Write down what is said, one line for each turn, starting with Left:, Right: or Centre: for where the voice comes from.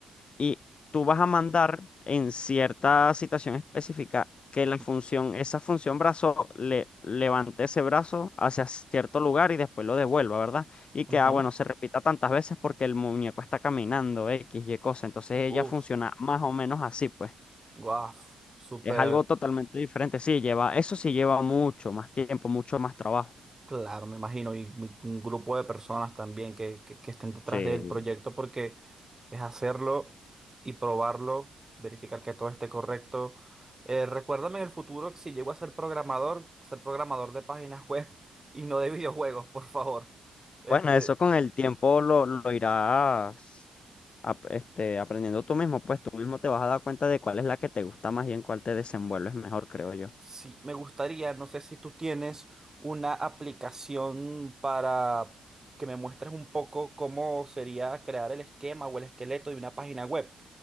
Left: y tú vas a mandar en cierta situación específica que la
Right: mm,
Left: función, esa función brazo, le levante ese brazo hacia cierto lugar y después lo devuelva, ¿verdad? Y que,
Right: ujú,
Left: ah, bueno, se repita tantas veces porque el muñeco está caminando, X, Y cosa. Entonces ella
Right: Uf.
Left: funciona más o menos así, pues.
Right: Guau. Súper
Left: Es algo totalmente diferente. Sí, lleva, eso sí lleva mucho más tiempo, mucho más trabajo.
Right: claro, me imagino. Y un un grupo de personas también que, que, que estén detrás
Left: Sí.
Right: del proyecto porque es hacerlo y probarlo, verificar que todo esté correcto. Eh, recuérdame en el futuro que si llego a ser programador, ser programador de páginas <laughs> web y no de videojuegos, por favor. Este,
Left: Bueno, eso con el tiempo lo, lo irás. ap- este, aprendiendo tú mismo, pues tú mismo te vas a dar cuenta de cuál es la que te gusta más y en cuál te desenvuelves mejor, creo yo.
Right: sí, me gustaría, no sé si tú tienes una aplicación para que me muestres un poco cómo sería crear el esquema o el esqueleto de una página web.